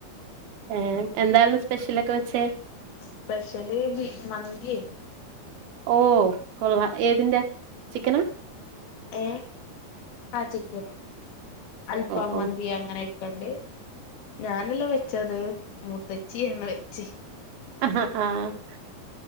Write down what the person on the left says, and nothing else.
സ്പെഷ്യല് ബീഫ് മന്തിയായിരുന്നു
ഏ ആ ചിക്കന് അൽഫാംമന്തി
അങ്ങനെ കണ്ട് ഞാനല്ല വെച്ചത് മൂത്തച്ചിയാണ് വെച്ച